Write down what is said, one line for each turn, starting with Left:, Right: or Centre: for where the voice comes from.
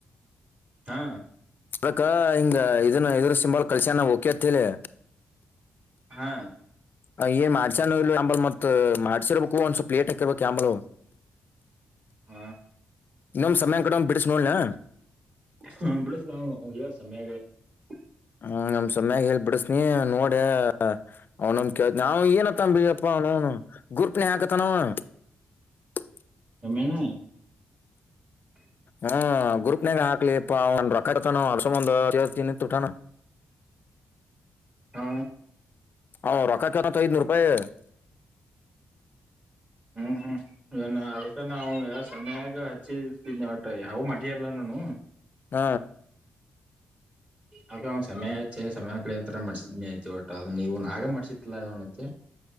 Right: ಹಾ.
Left: ಅಕ್ಕ ಹಿಂಗ ಇದನ್ನ ಇದ್ರ ಸಿಂಬಾಲ್ ಕಲ್ಸ್ಯ ನ ಓಕಿ ಅತ್ ಹೇಳಿ
Right: ಹಾ
Left: ಅ ಏನ್ ಮಾಡ್ಸಾನ ಇ ಅಂಬಲ್ ಮತ್ತ್ ಮಾಡ್ಸಿರ್ಬೇಕು ಒಂದ್ ಸ್ವಲ್ಪ ಲೇಟ್ ಹಾಕಿರ್ಬೇಕು ಅಂಬಲ್
Right: ಹ
Left: ಇನ್ನೊಂದ್ ಸಮಯ ಕಡ್ ಬಿಡಿಸ ನೋಡನಾ.
Right: <unintelligible>
Left: <unintelligible>
Right: <unintelligible>
Left: ಹ್ಮ ಗ್ರೂಪ್ನಾಗ ಹಕ್ಲೆಪ್ಪ ಒಂದ ರೊಕ್ಕತಾನ <unintelligible>
Right: ಹಾ
Left: ಹ ರೊಕ್ಕ ಕೇಳ್ತಾನ ಐದನೂರು ರೂಪಾಯಿ.
Right: ಹಾ ಹಾ <unintelligible> ತಯಾವ್ ಮಟಿ ಅಲ್ಲ ನಾನು
Left: ಹ
Right: <unintelligible>